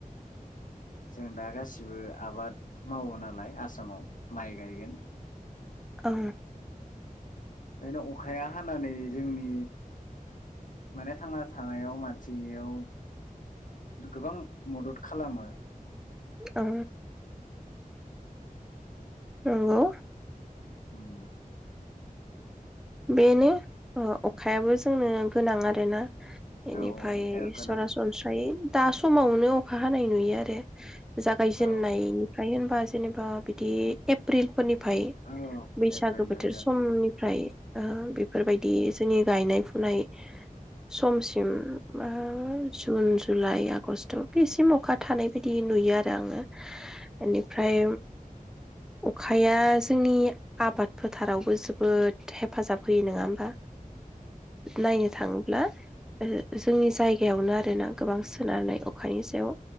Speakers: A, on the left; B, in the centre.
A: जों दा गासिबो आबाद मावो नालाय आसामाव माइ गायगोन।
B: औ
A: बेनो अखाया हानानै जोंनि माने थांना थानायाव मानसियाव गोबां मदद खालामो।
B: औ नोंगौ
A: उम
B: बेनो अखायाबो जोंनो गोनां आरोना। बेनिफ्राय
A: औ अखाया गोनां
B: सरासनस्रायै दा समावनो अखा हानाय नुयो आरो। जागायजेननायनिफ्राय
A: औ
B: होनबा जेनेबा बिदि एप्रिल फोरनिफ्राय
A: औ
B: बैसागो
A: एप्रिलनिफ्राय
B: बोथोर
A: जागाय
B: समनि ओ बेफोरबायदि जोंनि गायनाय फुनाय समसिम मा जुन जुलाइ आगस्ट' बेसिम अखा थानाय बायदि नुयो आरो आङो बेनिफ्राय अखाया जोंनि आबाद फोथारावबो जोबोद जोबोद हेफाजाब होयो नोङा होमबा नायनो थाङोब्ला जोंनि जायगायावनो आरोना गोबां सोनारनाय अखानि सायाव।